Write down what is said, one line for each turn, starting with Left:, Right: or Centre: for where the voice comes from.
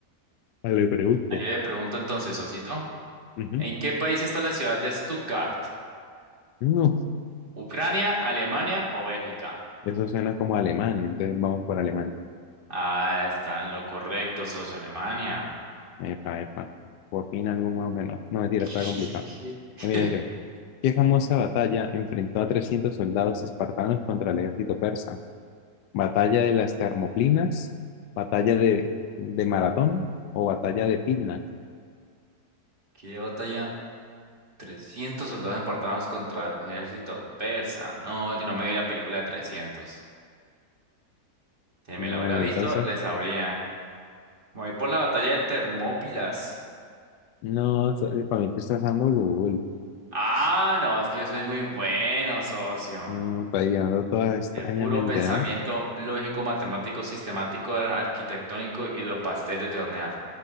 Left: Ah, Le pregunte.
Right: Ah, Yo le pregunto entonces, socito,
Left: Ujú.
Right: ¿en qué país está la ciudad de Stuttgart?
Left: No,
Right: ¿Ucrania, Alemania o Bélgica?
Left: eso suena como alemán, entonces vamos por alemán.
Right: Ah, está en lo correcto, socio, Alemania.
Left: Epa, epa. Por fin algo más o menos. No, mentira,
Right: <laughs>
Left: está complicado. Mira, atención. ¿Qué famosa batalla enfrentó a 300 soldados espartanos contra el ejército persa? Batalla de las Termoplinas, Batalla de, de Maratón o Batalla de Pitna.
Right: ¿Qué batalla Trescientos soldados importados contra el ejército persa. No, yo no me vi la película de 300. Si
Left: No,
Right: me la hubiera
Left: y
Right: visto,
Left: entonces,
Right: les sabría. Me Voy por la batalla de Termópilas.
Left: no, so- para mí tú estás usando Google.
Right: Ah, no, es que yo soy muy bueno, socio.
Left: No, está llegando todas extrañamente,
Right: De puro pensamiento
Left: ¿ah?
Right: lógico, matemático, sistemático, ar- arquitectónico y de los pasteles de hornear.